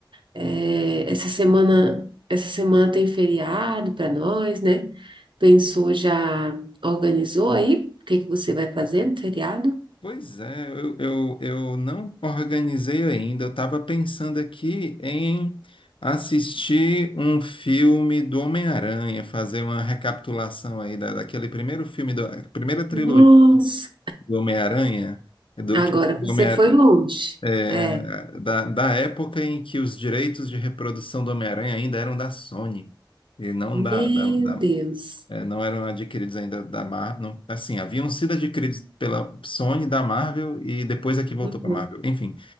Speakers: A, on the right; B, on the left.
A: É, essa semana, essa semana tem feriado para nós, né? Pensou, já organizou aí? O que que você vai fazer no feriado?
B: Pois é, eu, eu, eu não organizei ainda. Eu estava pensando aqui em assistir um filme do Homem-Aranha, fazer uma recapitulação aí da, daquele primeiro filme, da primeira trilogia
A: Nossa,
B: do Homem-Aranha, do
A: agora
B: que o
A: você
B: Homem-Aranha
A: foi longe.
B: é,
A: É,
B: da, da época em que os direitos de reprodução do Homem-Aranha ainda eram da Sony e não
A: meu
B: da, da, da-
A: Deus.
B: é, não eram adquiridos ainda da Marvel. Assim, haviam sido adquiridos pela Sony, da Marvel e depois é que voltou
A: Uhum.
B: para Marvel. Enfim,